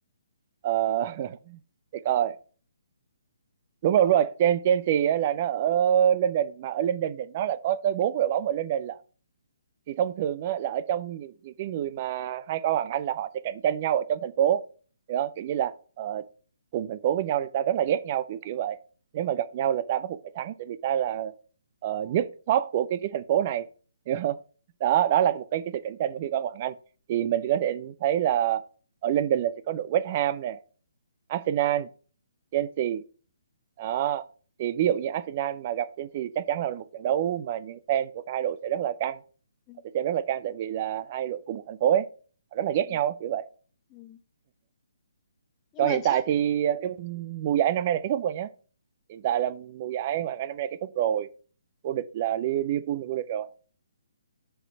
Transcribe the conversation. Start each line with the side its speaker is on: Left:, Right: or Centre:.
Right: ờ, <laughs> để coi đúng rồi đúng rồi Chen- Chelsea á là nó ở London mà ở London thì nó là có tới bốn đội bóng ở London là thì thông thường á, là ở trong những những cái người mà hai con bằng anh là họ sẽ cạnh tranh nhau ở trong thành phố hiểu không? kiểu như là ờ, cùng thành phố với nhau thì ta rất là ghét nhau kiểu kiểu vậy nếu mà gặp nhau là ta bắt buộc phải thắng tại vì ta là ờ, nhất top của cái cái thành phố này hiểu không đó đó là một cái cái sự cạnh tranh Mà khi con bằng anh thì mình có thể thấy là ở London là sẽ có đội West Ham nè Arsenal Chelsea đó thì ví dụ như Arsenal mà gặp Chelsea thì chắc chắn là một trận đấu mà những fan của hai đội sẽ rất là căng
Left: Ừ,
Right: họ sẽ xem rất là căng tại vì là hai đội cùng một thành phố ấy họ rất là ghét
Left: ừ,
Right: nhau kiểu vậy
Left: ừ. Nhưng
Right: còn
Left: mà
Right: hiện
Left: chắc
Right: tại thì ờ, cái mùa giải năm nay là kết thúc rồi nhá hiện tại là mùa giải mà năm nay kết thúc rồi vô địch là Li- Liverpool là vô địch rồi